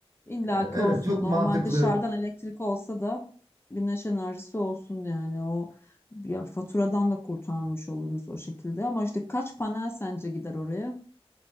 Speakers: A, on the left; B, on the right.
A: İllaki
B: Evet
A: olsun.
B: çok
A: Normal
B: mantıklı
A: dışarıdan elektrik olsa da güneş enerjisi olsun yani. O ya faturadan da kurtarmış oluruz o şekilde. Ama işte kaç panel sence gider oraya?